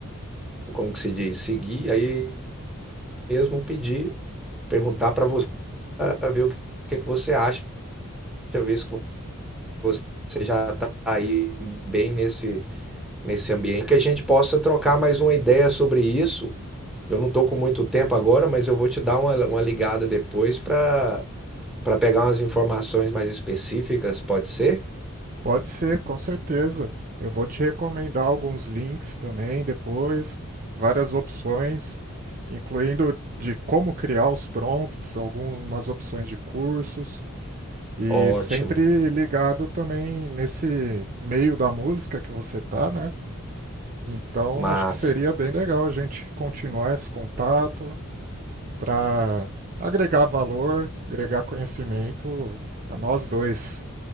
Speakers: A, in the centre; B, on the right.
A: como que se diz, seguir, aí mesmo pedir, perguntar para você, ah, ver o que que você acha, ver se você já está aí bem nesse, nesse ambiente, que a gente possa trocar mais uma ideia sobre isso. Eu não estou com muito tempo agora, mas eu vou te dar uma, uma ligada depois para para pegar umas informações mais específicas, pode ser?
B: Pode ser, com certeza. Eu vou te recomendar alguns links também depois, várias opções, incluindo de como criar os prompts, algumas opções de cursos. E
A: Ótimo,
B: sempre ligado também nesse meio da música que você tá, né? Então
A: massa.
B: acho que seria bem legal a gente continuar esse contato para agregar valor, agregar conhecimento a nós dois.